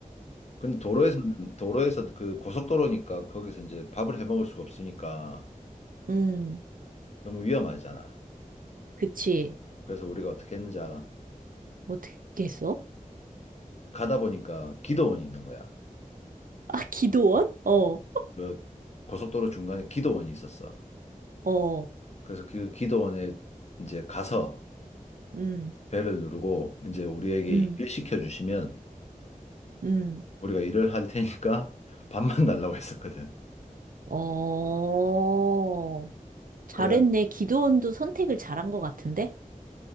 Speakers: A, on the left; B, on the right.
A: 근데 도로에서는 도로에서 그 고속도로니까 거기서 이제 밥을 해 먹을 수가 없으니까
B: <laughs> 음,
A: 너무 위험하잖아.
B: 그치.
A: 그래서 우리가 어떻게 했는지 알아?
B: 어떻게 했어?
A: 가다 보니까 기도원이 있는 거야.
B: 아, 기도원? 어,
A: 그 고속도로 중간에 기도원이 있었어.
B: 어,
A: 그래서 그 기도원에 이제 가서
B: 음,
A: 벨을 누르고 이제 우리에게
B: 음,
A: 일을 시켜주시면
B: 음.
A: 우리가 일을 할 테니까 <laughs> 밥만 달라고 했었거든.
B: 어, 잘했네.
A: 그래가
B: 기도원도 선택을 잘한 것 같은데?